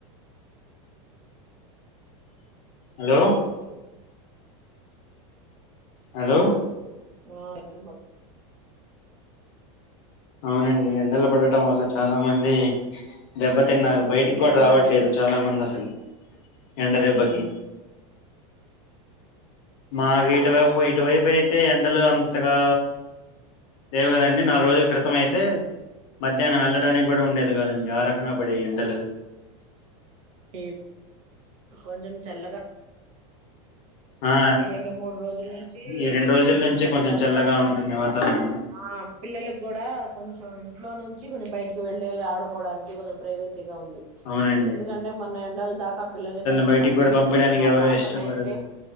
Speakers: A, on the left (about 40°); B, on the right (about 85°).
A: హలో హలో
B: ఆ ఎ పడ
A: అవునండి ఎండలు పడటం వల్ల చాలా మంది దెబ్బతిన్నారు బయటికి
B: ఇంకేంటండి
A: కూడా రావట్లేదు చాలా మంది అసలు ఎండ దెబ్బకి మాకు ఇటువైపు ఇటువైపు అయితే ఎండలు అంతగా లేవు కదండి నాలుగు రోజులు క్రితం అయితే మధ్యాహ్నం వెళ్ళటానికి కూడా ఉండేది కదండి ఆ రకంగా పడే ఎండలు
B: ఈ కొంచెం చల్లగా
A: ఆ
B: ఈ రెండు మూడు రోజుల నుంచి
A: ఈ రెండు రోజుల
B: కొంచెం
A: నుంచి
B: చల్లగా
A: కొంచెం
B: ఉంది వాతావరణం
A: ఉంటుంది
B: కూడా
A: వాతావరణం
B: ఆ పిల్లలకి కూడా కొంచెం ఇంట్లో నుంచి వచ్చి కొంచెం బయటికి వెళ్ళలి ఆడుకోవడానికి కొంచం ప్రైట్ ఉంది
A: అవునండి
B: ఎందుకంటే మొన్న ఎండలు దాకా పిల్లల్ని బయటకి
A: బయటికి
B: పంపిలేదండి
A: కూడా పంపడానికి
B: మా
A: ఎవరు
B: పాప
A: ఇష్టపడరు
B: నై అ